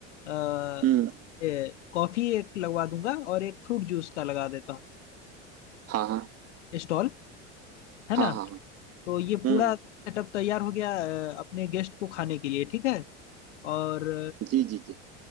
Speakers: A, on the left; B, on the right.
A: अ,
B: हम्म
A: ये कॉफी एक लगवा दूंगा और एक फ्रूट जूस का लगा देता हूँ
B: हाँ हाँ
A: स्टॉल है ना
B: हाँ हाँ हाँ,
A: तो ये
B: हम्म
A: पूरा सेटअप तैयार हो गया अ, अपने गेस्ट को खाने के लिए ठीक है और
B: जी जी जी